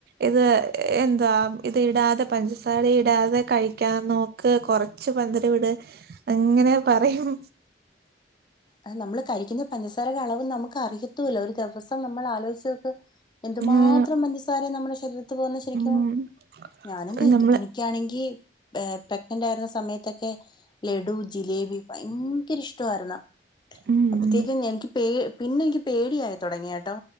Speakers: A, on the right; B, on the left.
A: ഇത് എ <unintelligible> ഇത് ഇടാതെ പഞ്ചസാര ഇടാതെ കഴിക്കാന്ന് നോക്ക് കൊറച്ച് മധുര ഇട് അങ്ങനെ പറയും
B: - <inaudible> നമ്മള് കഴിക്കുന്ന പഞ്ചസാരയുടെ അളവ് നമ്മുക്ക് അറിയത്തൂല്ല ഒരു ദിവസം നമ്മൾ ആലോയിച്ചോക്ക് എന്തുമാത്രം
A: ഉം
B: പഞ്ചസാര നമ്മുടെ ശരീരത്ത് പോകുന്ന ശരിക്കും
A: ഉം
B: ഞാനും കഴിക്കും
A: നമ്മള്
B: എനിക്കാണെങ്കി <unintelligible> ആരുന്ന സമയത്തൊക്കെ ലഡു ജിലേബി ഭയങ്കര ഇഷ്ടമായിരുന്ന
A: ഉം
B: അപ്പത്തേക്കും
A: ഉം
B: എനിക്ക് പേ പിന്നെ എനിക്ക് പേടിയായി തുടങ്ങിയട്ടോ